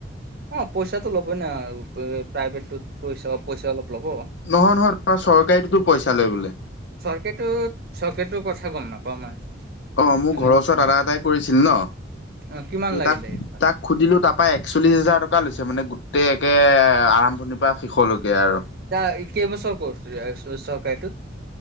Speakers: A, on the right; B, on the left.
A: অ পইচাটো ল'বই ন প্ৰাইভেটত পইচা পইচা অলপ ল'ব
B: নহয় নহয় তোমাৰ চৰকাৰীটো পইচা লয় বোলে।
A: চাকৰিটো চৰকাৰি টো কথা গম নাপাওঁ মই
B: অ মোৰ
A: মানে
B: ঘৰৰ ওচৰত দাদা এটাই কৰিছিল ন
A: অ', কিমান
B: কি
A: লাগিলে
B: তাক তাক সুধিলোঁ তাৰ পৰাৰা একচল্লিছ হাজাৰ টকা লৈছে মানে গোটেই একে আৰম্ভণিৰ পৰা শেষলৈকে আৰু
A: এতিয়া কেইবছৰ ক্ৰছ চৰকাৰীটোত